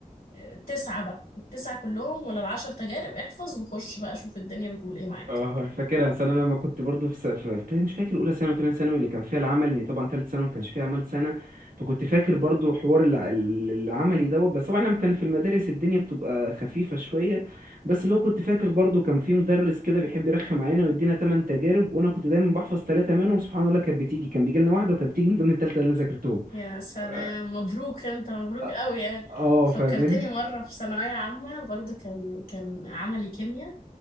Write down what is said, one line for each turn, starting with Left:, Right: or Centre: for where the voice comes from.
Left: آه، تسعة بقى التسعة كلهم ولا العشر تجارب احفظ وخش بقى شوف الدنيا بتقول إيه معاك
Right: اه فاكرها بس انا لما كنت برضو في, س... في... في... مش فاكر اولى ثانوي وثانيه ثانوي اللي كان فيها العمل يعني طبعا ثالث ثانوي ما كانش فيها عمل سنه فكنت فاكر برضو حوار الع... ال- العملي دوت بس طبعا انا كان في المدارس الدنيا بتبقى خفيفه شويه بس اللي هو كنت فاكر برضو كان في مدرس كده بيحب يرخم علينا ويدينا ثمان تجارب وانا كنت دايما بحفظ ثلاثه منهم سبحان الله كانت بتيجي كان بيجي لنا واحده وكانت بتيجي من ضمن الثالثه اللي انا ذاكرتهم
Left: يا سلام
Right: اه
Left: مبروك انت مبروك
Right: آه،
Left: قوي يعني
Right: آه،
Left: فكرتني
Right: فاهماني
Left: مرة في ثانوية عامة برضو كان كان عملي كيمياء